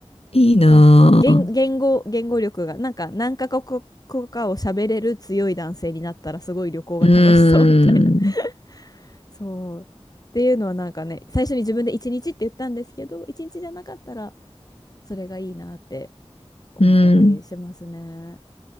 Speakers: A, on the left; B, on the left.
A: いいなぁ。
B: 確か言、言語、言語力が、なんか何カ国語かを喋れる強い男性になったらすごい旅行が楽しそうみたいな。
A: うーん。
B: <laughs> そう。っていうのはなんかね、最初に自分で1日って言ったんですけど、1日じゃなかったらそれがいいなって思ったりしますね。
A: うん。